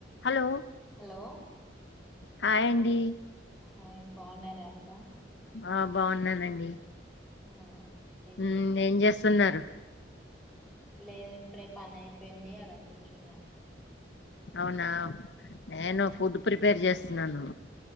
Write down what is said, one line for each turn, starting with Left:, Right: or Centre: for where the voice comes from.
Left: Hello
Centre: hello
Left: hi అండి
Centre: hi బాగున్నారా అక్క
Left: ఆ బాగున్నానండి
Centre: ఆ ఏం
Left: మ్మ్
Centre: చేస్తున్నారు
Left: ఏం చేస్తున్నారు
Centre: లేదు ఇప్పుడే పని అయిపోయింది అలా కూర్చున్నాను
Left: అవునా నేను ఫుడ్ ప్రిపేర్ చేస్తున్నాను